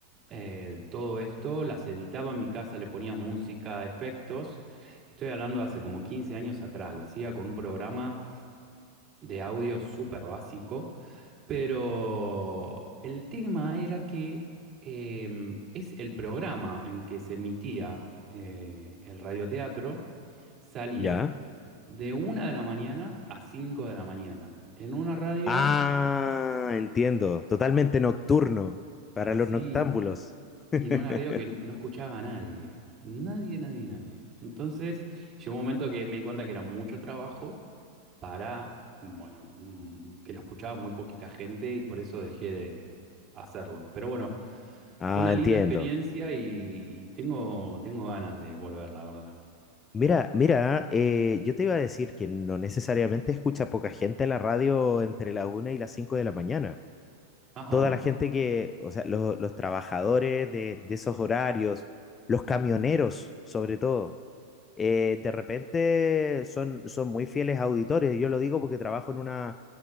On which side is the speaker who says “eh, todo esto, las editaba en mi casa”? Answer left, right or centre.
Right